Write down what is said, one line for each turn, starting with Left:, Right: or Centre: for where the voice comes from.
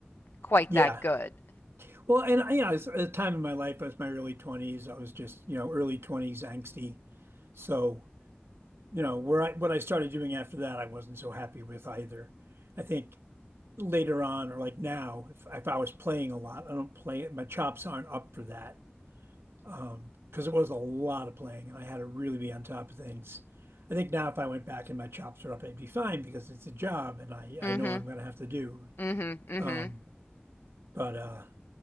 Left: quite
Right: Yeah.
Left: that good.
Right: Well, and you know, it's a time in my life, I was my early 20s. I was just, you know, early 20s angsty. So, you know, where I what I started doing after that, I wasn't so happy with either. I think later on, or like now, if if I was playing a lot, I don't play it. My chops aren't up for that. Um, because it was a lot of playing and I had to really be on top of things. I think now if I went back and my chops were up, I'd be fine because it's a job and I,
Left: Mhm.
Right: I know I'm going to have to do.
Left: Mhm. Mhm.
Right: Um, but uh,